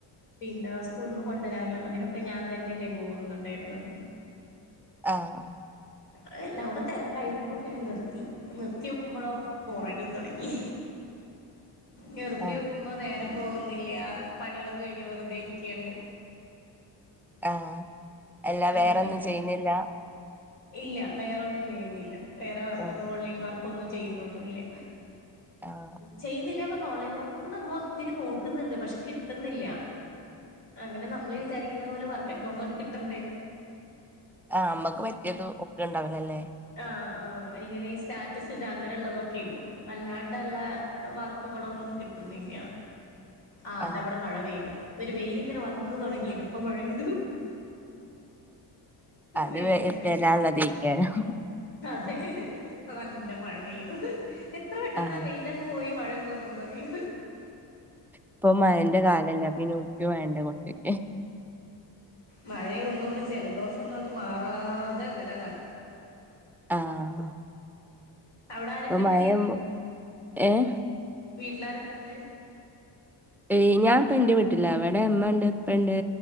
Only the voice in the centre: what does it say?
ആഹ്
ആഹ്
ആ എല്ലാ വേറെന്നും
ചെയ്യുന്നില്ല
ആഹ്
ആഹ്
ആഹ് നമ്മക്ക് പറ്റിയത് ഒക്കെ ഉണ്ടാവില്ലല്ലേ
ആഹ്
അത്
വേ
ഇട്ടരാള്ളതെയ്കാരം.
ആഹ്
ഇപ്പൊ മയന്റെ കാലല്ലേ അപ്പൊ ന്യൂസ്‌റ്റ് വേണ്ടേ കൊറച്ചൊക്കെ.
ആഹ്
പ്പ മഴന്ന് ഏഹ
ഏയ് ഞാൻ ഇപ്പം എന്റെ വീട്ടില അവിടെ ഉമ്മ ഇണ്ട് ഇപ്പ ഇണ്ട്